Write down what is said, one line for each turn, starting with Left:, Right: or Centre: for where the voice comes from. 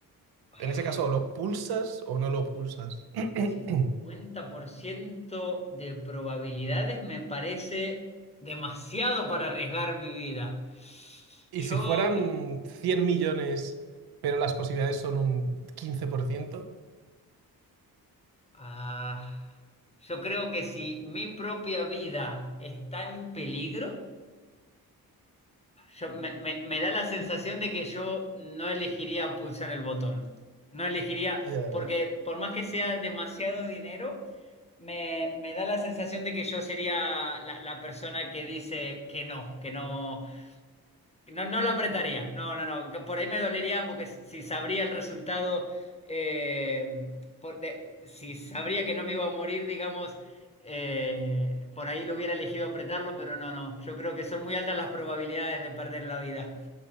Left: Ah.
Right: En ese caso, o lo pulsas o no lo pulsas. <clears throat>
Left: cincuenta por ciento de probabilidades me parece demasiado para arriesgar mi vida.
Right: Y
Left: Yo,
Right: si fueran cien millones, pero las posibilidades son un 15%.
Left: ah, yo creo que si mi propia vida está en peligro, yo- me, me- me da la sensación de que yo no elegiría pulsar el botón. No elegiría,
Right: ya.
Left: porque por más que sea demasiado dinero, me, me da la sensación de que yo sería la, la persona que dice que no, que no. No, no lo apretaría. No, no, no. Por ahí me dolería porque si sabría el resultado, eh, por- de- si sabría que no me iba a morir, digamos, eh, por ahí lo hubiera elegido apretarlo, pero no, no. Yo creo que son muy altas las probabilidades de perder la vida.